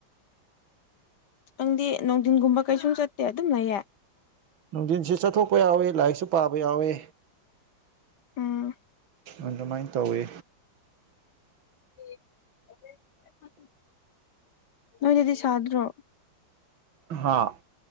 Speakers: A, on the left; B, on the right.
A: ꯅꯪꯗꯤ ꯅꯨꯡꯊꯤꯟꯒꯨꯝꯕ ꯀꯩꯁꯨꯝ ꯆꯠꯇꯦ ꯑꯗꯨꯝꯅꯌꯦ
B: ꯅꯨꯡꯊꯤꯟꯁꯨ ꯆꯠꯊꯣꯛꯄ ꯌꯥꯎꯋꯤ ꯂꯥꯏꯔꯤꯛꯁꯨ ꯄꯥꯕ ꯌꯥꯎꯋꯤ
A: ꯎꯝ
B: ꯑꯗꯨꯃꯥꯏꯅ ꯇꯧꯋꯤ
A: <unintelligible> ꯅꯣꯏꯗꯗꯤ ꯁꯥꯗ꯭ꯔꯣ
B: ꯍꯥꯥ